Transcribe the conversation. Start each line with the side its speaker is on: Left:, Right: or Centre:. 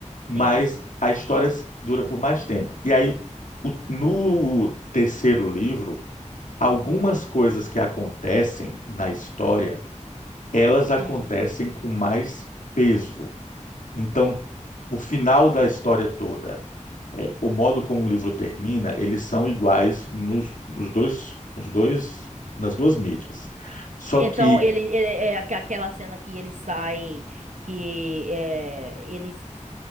Left: mas
Right: Sim.
Left: a história s- dura por mais tempo. E aí, o- no terceiro livro, algumas
Right: Hum,
Left: coisas que acontecem na história, elas acontecem
Right: hum.
Left: com mais peso. Então, o final
Right: O
Left: da
Right: quê?
Left: história toda. É, o modo como o livro termina, eles são iguais nos, nos dois, nos dois, nas duas mídias. Só
Right: Então,
Left: que,
Right: ele, ele- é aqu- aquela cena que eles saem, que é, eles se